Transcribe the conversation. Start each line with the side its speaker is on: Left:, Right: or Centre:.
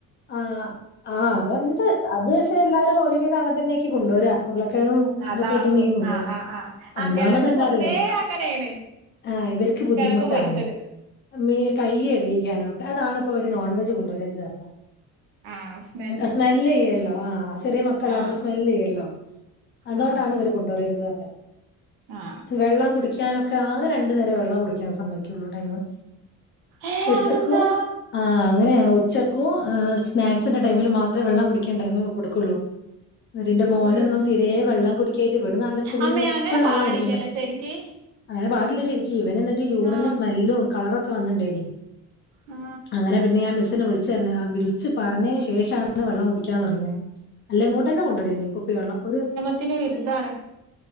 Left: ആഹ് ആഹ അതെന്ത്‌ അത് പക്ഷെ എല്ലാരും ഒരുവിധം അങ്ങനെതന്നെക്കികൊണ്ടുവരാ ഉരുളക്കിഴങ്ങുതൊക്കെത്തെന്നെ
Right: അതാകും
Left: ഇങ്ങ് കൊണ്ടുവരാ
Right: ആഹ് ആഹ് ആഹ് ആഹ്
Left: ഒന്നാമത്
Right: കെഴങ്ങ്
Left: എന്താ
Right: പൊതുവേ
Left: അറിയോ?
Right: അങ്ങനേണ്
Left: ആഹ് ഇവർക്ക് ബുദ്ധിമുട്ടാണ്
Right: കിഴങ്ങ് പൊരിച്ചത്
Left: മി കൈ കഴികി ക്കാനോ അതാണ് ഇപ്പൊ ഇവര് നോൺവെജ് കൊണ്ടു വരെരെരുത് പറഞ്ഞ
Right: ആഹസ്
Left: ഹ് സ്മെല്ല് ചെയ്യല്ലോ ഹാ ചെറിയ മക്കളാവുമ്പോ
Right: ആ
Left: സ്മെല്ല് ചെയ്യല്ലോ അതുകൊണ്ടാണ്
Right: ആ
Left: ഇവരെ കൊണ്ടെവരരുത് പറഞ്ഞെ
Right: ആ
Left: വെള്ളം കുടിക്ക് - ഞാനൊക്കെ ആകെ രണ്ടു നേരെ വെള്ളം കുടിക്കാൻ സമ്മയിക്കുള്ളൂ ടൈംമ്
Right: ഏ
Left: ഉച്ചക്കു
Right: അതെന്താ
Left: ആഹ അങ്ങനെയാണ് ഉച്ചക്കു ആഹ് സ്നാക്സിന്റെ ടൈമിൽ മാത്രേ വെള്ളം കുടിക്കാൻ ടൈമ് കൊടുക്കുള്ളൂ ന്നേരിന്റെ മോനൊന്നും
Right: അയ്യോ
Left: തീരെ വെള്ളം കുടിക്കായിട്ട് ഇവിടന്നാണ ല്ലോ ഫുള്
Right: അമ്മേ
Left: എപ്പഴും
Right: അങ്ങനെ പാടില്ലല്ലോ
Left: വെള്ളം കുടിക്കുന്ന
Right: ശരിക്ക്
Left: അങ്ങനെ പാടില്ല ശരിക്ക് ഇവന് എന്നിട്ട് യൂറിന്
Right: ആ
Left: സ്മെല്ലും കളറൊഒക്കെ വന്നിണ്ടായിനി
Right: ആ
Left: അങ്ങനെ പിന്നെ ഞാൻ മിസ്സിനെ വിളിച്ച് പറഞ്ഞ് ആംബി വിളിച്ച് പറഞ്ഞേനെ ശേഷാണ് വെള്ളം കുടിക്കാൻ തുടങ്ങിയേ അല്ലേഉടനെ കൊണ്ടരയിനി കുപ്പി വെള്ളം ഒരു-
Right: ത്തിന് വിരുതാണ്